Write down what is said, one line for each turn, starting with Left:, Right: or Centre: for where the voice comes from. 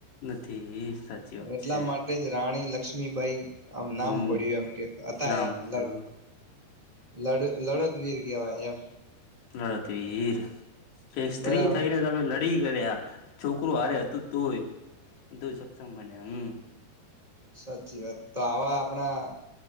Left: નથી સાચી
Right: અને
Left: વાત
Right: એટલા
Left: છે
Right: માટે જ રાણી લક્ષ્મીભાઈ આમ નામ
Left: હમ
Right: પડ્યું એમ કે હતા
Left: નામ
Right: એમડ
Left: પડ્યું
Right: લડ લડતવીર કેવાય એમ
Left: લડત વર એક સ્ત્રી
Right: બરાબર
Left: થઈને તમે લડી ડી કર્યા છોકરું હરે હતું તોય તોય સક્ષમ બન્યા હમ
Right: સાચી વાત તો આવા આપણા